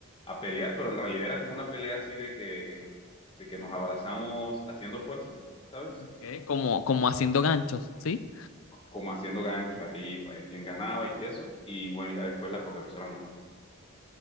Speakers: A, on the left; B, on the left.
A: a pelear, pero en realidad era como una pelea así de que, de que nos abrazamos haciendo fuerza, ¿sabes?
B: Ok. Como, como haciendo ganchos, ¿sí?
A: Como haciendo ganchos ahí para ver quién ganaba y eso. Y bueno, ya después la profesora nos